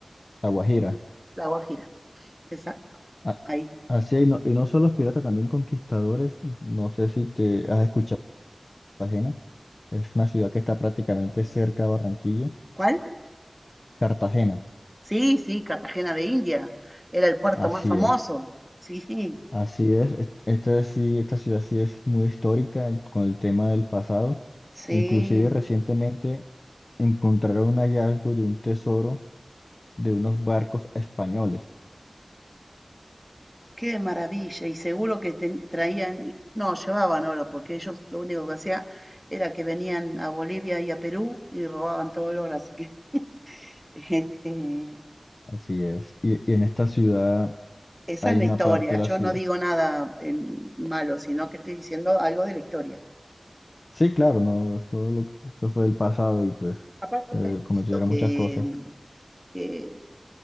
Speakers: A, on the left; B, in the centre.
A: La Guajira.
B: La Guajira, exacto,
A: Ah,
B: ahí.
A: así es, y no, y no solo los piratas, también conquistadores, no sé si te has escuchado. Cartagena. Es una ciudad que está prácticamente cerca de Barranquilla.
B: ¿Cuál?
A: Cartagena,
B: Sí, sí, Cartagena de India. Era el puerto
A: así
B: más famoso.
A: es.
B: <laughs> Sí,
A: Así es. Est- Esta, sí, esta ciudad sí es muy histórica en- con el tema del pasado.
B: sí.
A: Inclusive recientemente encontraron un hallazgo de un tesoro de unos barcos españoles.
B: Qué maravilla. Y seguro que ten- traían, y- no, llevaban oro, porque ellos lo único que hacían era que venían a Bolivia y a Perú y robaban todo el oro. Así que <laughs> este,
A: Así es. Y, y en esta ciudad
B: esa
A: hay
B: es la
A: una
B: historia.
A: parte de
B: Yo
A: la ciudad.
B: no digo nada en malo, sino que estoy diciendo algo de la historia.
A: Sí, claro, no, eso, lo- eso fue el pasado y pues
B: Aparte
A: se
B: está escrito
A: cometieron
B: que,
A: muchas cosas.
B: mm, que